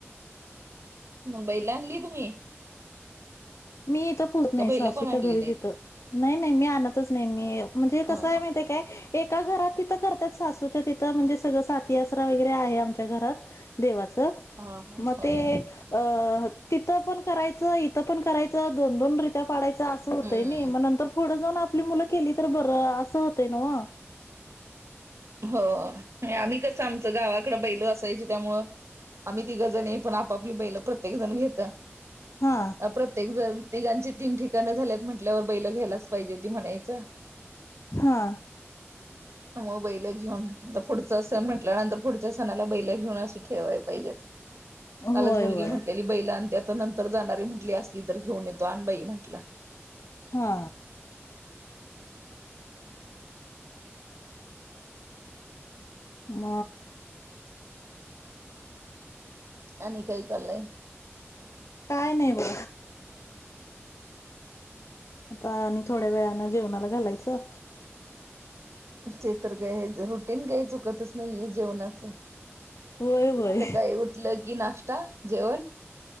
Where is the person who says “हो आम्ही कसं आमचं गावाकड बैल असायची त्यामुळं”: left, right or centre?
Right